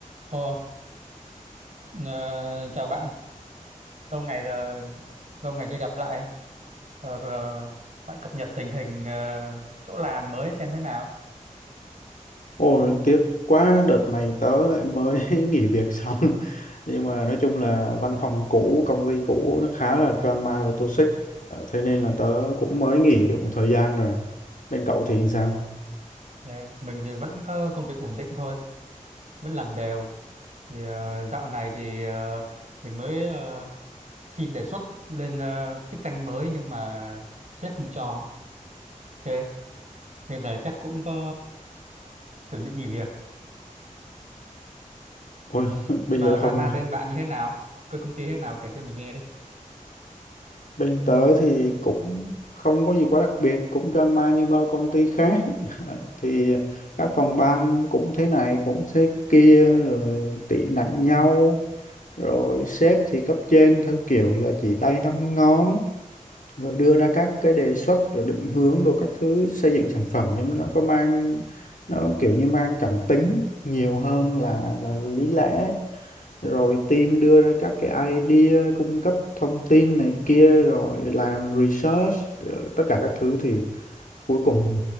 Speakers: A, on the right; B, on the left.
A: Ồ, ờ, chào bạn. Lâu ngày rồi, lâu ngày chưa gặp lại. Ờ, ờ, bạn cập nhật tình hình ờ, chỗ làm mới xem thế nào.
B: Ôi tiếc quá đợt này tớ lại mới <laughs> nghỉ việc xong nhưng mà nói chung là văn phòng cũ công ty cũ nó khá là drama và toxic Ờ, thế nên là tớ cũng mới nghỉ được một thời gian rồi bên cậu thì sao
A: Ờ, mình thì vẫn có công việc ổn định thôi, vẫn làm đều. Thì ờ, dạo này thì ờ, mình mới ờ, xin đề xuất lên ờ, chức danh mới nhưng mà sếp không cho. Ok, nên là chắc cũng có chuẩn bị nghỉ việc.
B: ôi <laughs> bây
A: Và
B: giờ
A: drama
B: không
A: bên bạn như thế nào? Cơ công ty thế nào kể cho mình nghe đi.
B: bên tớ thì cũng không có gì quá đặc biệt cũng drama như bao công ty khác <laughs> thì các phòng ban cũng thế này cũng thế kia rồi tị nạnh nhau rồi sếp thì cấp trên theo kiểu là chỉ tay năm ngón rồi đưa ra các cái đề xuất rồi định hướng đồ các thứ xây dựng sản phẩm nhưng mà nó có mang nó kiểu như mang cảm tính nhiều hơn là là lý lẽ rồi team đưa ra các cái idea cung cấp thông tin này kia rồi làm research rồi tất cả các thứ thì cuối cùng